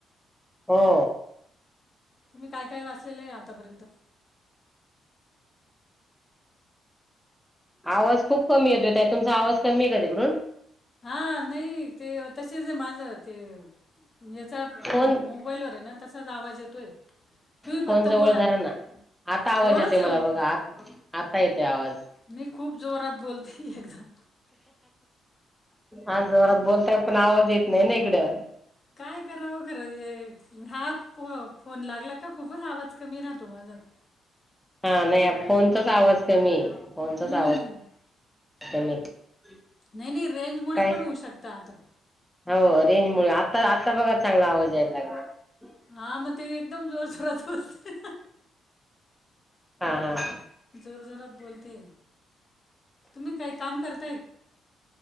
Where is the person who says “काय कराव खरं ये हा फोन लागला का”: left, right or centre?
Left